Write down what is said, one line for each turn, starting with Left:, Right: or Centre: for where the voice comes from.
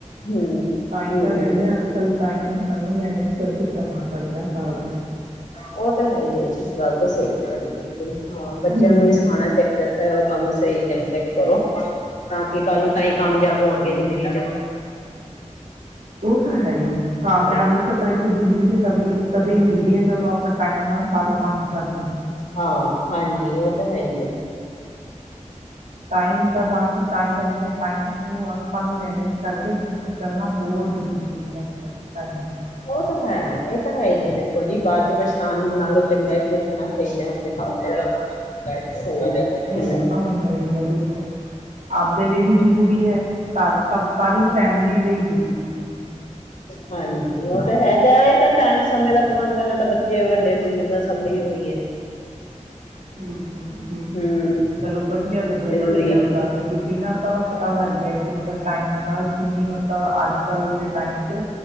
Left: ਹੂੰ
Right: ਤਾਂਹੀ
Left: ਹੂੰ
Right: ਤਾਂ ਕਹਿੰਦੇ ਆ ਅੱਜ ਕੱਲ ਤਾਂ ਸਾਨੂੰ ਮੈਨੇਜ ਕਰਕੇ ਚੱਲਣਾ ਚੜਦਾ ਸਾਰਾ ਕੁਛ
Left: ਉਹ ਤਾਂ ਹੈ ਹੀ ਹੈ ਜੀ ਗੱਲ ਤਾਂ ਸਹੀ ਹੈ ਤੁਹਾਡੀ ਹਾਂ ਬੱਚਿਆਂ
Right: ਹਮ
Left: ਨੂੰ ਵੀ ਸਿਖਾਣਾ ਚਾਹੀਦਾ ਉਹ ਕੰਮ ਸਹੀ ਟਾਈਮ ਤੱਕ ਕਰੋ ਤਾਂ ਕਿ ਕੱਲ ਨੂੰ ਤਾਂ ਹੀ ਕਾਮਯਾਬ ਹੋਣਗੇ ਜ਼ਿੰਦਗੀ ਚ
Right: ਉਹ ਤਾਂ ਹੈ ਕਾਮਯਾਬ
Left: ਹੋਰ।
Right: ਵੀ ਤਾਂਖੋ ਜ਼ਿੰਦਗੀ ਚ ਤੇ ਕਦੇ ਨਾ ਕਦੇ ਮਿਲਦੀ ਹੈ ਨਵਾ ਪੱਤ, ਟਾਈਮ ਨਾਲ ਸਾਰੇ ਕੰਮ ਕਰਦੇ ਨੇ।
Left: ਹਾਂ ਹਾਂਜੀ, ਉਹ ਤਾਂ ਹੈ ਹੀ ਹੈ।
Right: ਟਾਈਮ ਤਾਂ ਕਿ ਤਾਂਹੀ ਤੇ ਕਹਿੰਦੇ ਹਾ ਟਾਈਮ ਼ ਨੂੰ ਆਪਾਂ ਨੂੰ ਮੈਨੇਜ ਇਸ ਕਰਕੇ ਚੱਲਣਾ ਬਹੁਤ ਜ਼ਰੂਰੀ ਹੈ ਜੇ ਅੱਜ-ਕੱਲ੍ਹ ਦੇ ਟਾਈਮ। 'ਚ
Left: ਉਹ ਤਾਂ ਹੈ, ਇਹ ਤਾਂ ਹੈ ਹੀ ਹੈ, ਦੇਖੋ ਜੀ ਬਾਅਦ ਚ ਪਛਤਾਨ ਨਾਲੋਂ ਚੰਗਾ ਕਿ ਆਪਣਾ ਸਹੀ ਟਾਈਮ ਤੇ ਕੰਮ ਕਰੋ। ਸਹੀ
Right: ਨਹੀਂ, ਉਹ
Left: ਹੂੰ,
Right: ਤਾਂ ਹੁੰਦਾ ਹੀ ਹੈ, ਦੇਖੋ ਆਪਦੇ ਲਈ ਵੀ ਜ਼ਰੂਰੀ ਹੈ, ਤਾਂ ਸਬ ਸਾਰੀ ਫੈਮਿਲੀ ਲਈ ਜ਼ਰੂਰੀ ਹੈ।
Left: ਹਾਂਜੀ ਉਹ ਤਾਂ ਹੈ ਜਾ ਤਾਂ ਟਾਈਮ ਸਮੇ ਦਾ ਪ੍ਰਬੰਧ ਕਰਨਾ ਤਾਂ, ਬੱਚੇ, ਵੱਡੇ ਬਜ਼ੁਰਗ ਸਭ ਲਈ ਉਹੀ ਹੈ।
Right: ਹੂੰ-ਹੂੰ
Left: ਹੂੰ
Right: ਚਲੋ ਵਧੀਆ ਲੱਗਿਆ
Left: ਜ਼ਰੂਰੀ
Right: ਤੁਹਾਡੇ ਨਾਲ
Left: ਹੈ
Right: ਗੱਲ ਕੀਤੀ ਨਾ, ਤਾਂ ਪਤਾ ਲੱਗ ਗਿਆ ਕਿ ਮਤਲਬ ਟਾਈਮ ਕਿੰਨੀ ਮਤਲਬ ਅੱਜ-ਕੱਲ੍ਹ ਦੇ ਟਾਈਮ ਚ